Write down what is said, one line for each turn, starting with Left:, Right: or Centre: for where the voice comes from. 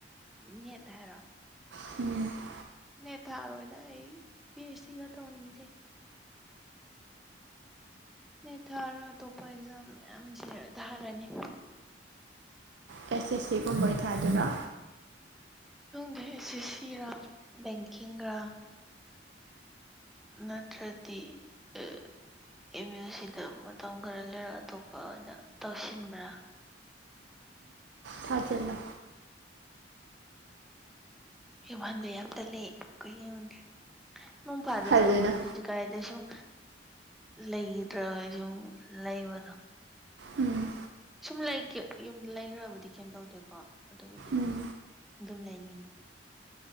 Centre: ꯅꯦꯠ ꯍꯥꯏꯔꯣ
Right: ꯀ
Centre: ꯅꯦ ꯊꯥꯔꯣꯏꯗ ꯑꯩ ꯄꯤ ꯑꯩꯆ ꯁꯤꯒ ꯇꯧꯅꯤꯡꯗꯦ ꯅꯠ ꯊꯥꯔꯣ ꯑꯇꯣꯞꯄ ꯑꯦꯛꯖꯥꯝ ꯃꯌꯥꯝꯁꯦ ꯊꯥꯔꯅꯤ
Right: ꯑꯦꯁ ꯑꯦꯁ ꯁꯤ ꯒꯨꯝꯕꯩ ꯊꯥꯗꯨꯔꯥ
Centre: ꯏꯃꯨꯡꯗ ꯑꯦꯁ ꯑꯦꯁ ꯁꯤ ꯔꯥ ꯕꯦꯡꯀꯤꯡꯔꯥ ꯅꯇ꯭ꯔꯗꯤ ꯑ ꯑꯦꯝ ꯌꯨ ꯁꯤꯗ ꯃꯇꯝ ꯈꯔ ꯂꯩꯔꯒ ꯑꯇꯣꯞꯄ ꯑꯣꯏꯅ ꯇꯧꯁꯤꯟ ꯕ꯭ꯔꯥ
Right: ꯊꯥꯖꯤꯜꯂꯨ
Centre: ꯍꯟꯕ ꯌꯥꯝ ꯇꯠꯂ ꯀꯩꯒꯤꯒꯦ ꯅꯣꯡ ꯐꯥꯗ
Right: ꯍꯜꯂꯨꯅꯨ
Centre: ꯆꯠꯂꯨꯕ ꯗ ꯀꯥꯏꯗ ꯁꯨꯝ ꯂꯩꯒꯤꯗ꯭ꯔꯕꯩ ꯁꯨꯝ ꯂꯩꯕꯗꯣ
Right: ꯎꯝ
Centre: ꯁꯨꯝ ꯂꯩ ꯌꯨꯝ ꯂꯩꯒꯔꯕꯨꯗꯤ ꯀꯩꯝ ꯇꯧꯗꯦꯀꯣ ꯑꯗꯨꯕꯨꯗꯤ
Right: ꯎꯝ
Centre: ꯑꯗꯨꯝ ꯂꯩꯅꯤꯡꯉꯤ